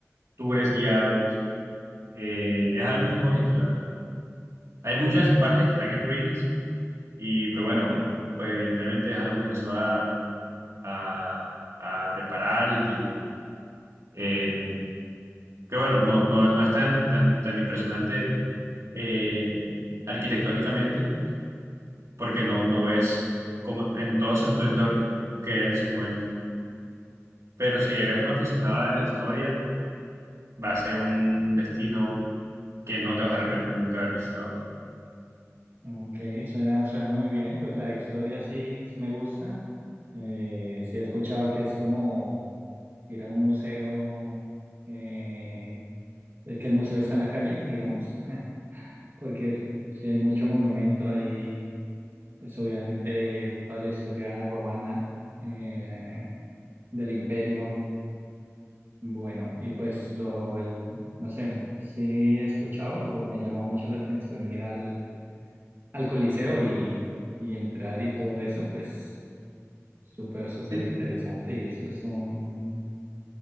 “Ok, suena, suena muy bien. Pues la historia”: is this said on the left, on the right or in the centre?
Right